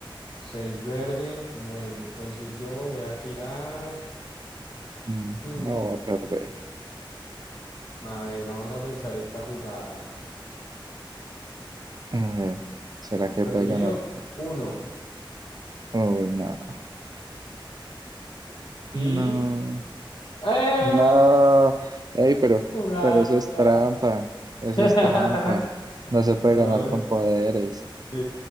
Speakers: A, on the left; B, on the right.
A: 6 verde. Bueno, entonces yo voy a tirar.
B: Mm,
A: Hmm,
B: No va a perder.
A: A ver, vamos a pensar esta jugada.
B: A ver, ¿será que
A: Prohibido
B: puede ganar?
A: uno
B: Uy, no,
A: Y...
B: no,
A: ¡Eh!
B: no. Ey, pero,
A: Jugada,
B: pero eso
A: mata.
B: es trampa, eso
A: <laughs>
B: es trampa. No se puede
A: No,
B: ganar con poderes.
A: Sí,